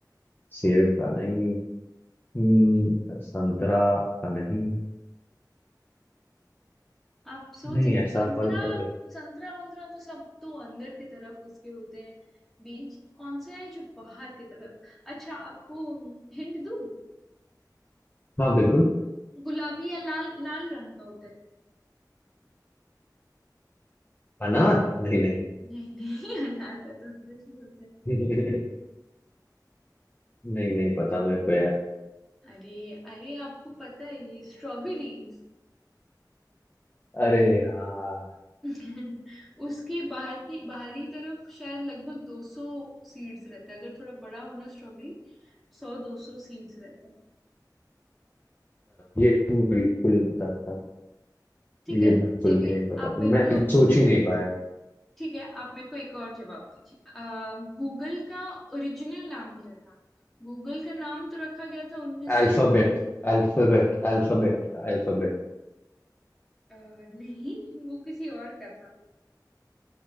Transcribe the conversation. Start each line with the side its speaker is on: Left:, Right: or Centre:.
Left: सेब का नहीं हम्म, संतरा का नहीं
Centre: आप सोच
Left: नहीं
Centre: सकते
Left: ऐसा
Centre: हैं संतरा
Left: फल का दे
Centre: संतरा वंतरा तो सब तो अंदर की तरफ उसके होते हैं बीज कौन सा है जो बाहर की तरफ अच्छा आपको हिंट दूं
Left: हाँ बिल्कुल
Centre: गुलाबी या लाल लाल रंग का होता है
Left: अनार नहीं नहीं
Centre: नहीं नहीं <laughs> अनार का तो अंदर ही होता है
Left: नहीं <laughs> नहीं, नहीं पता मेरे को यार
Centre: अरे अरे आपको पता है ये स्ट्रॉबेरीज
Left: अरे यार
Centre: <laughs> उसके बाहर की बाहरी तरफ शायद लगभग 200 सीड्स रहता है अगर थोड़ा बड़ा हो ना स्ट्रॉबेरी 100 200 सीड्स रहता है
Left: ये तो बिल्कुल नहीं पता था
Centre: ठीक
Left: ये
Centre: है
Left: बिल्कुल
Centre: चलिए
Left: भी नहीं पता
Centre: आप मेरे
Left: मैं
Centre: को
Left: सोच ही नहीं पाया
Centre: ठीक है आप मेरे को एक और जवाब दीजिए आ, गूगल का ओरिजिनल नाम क्या था गूगल का नाम तो रखा गया था 1900
Left: Alphabet
Centre: नाइन
Left: alphabet alphabet alphabet
Centre: नहीं वो किसी और का था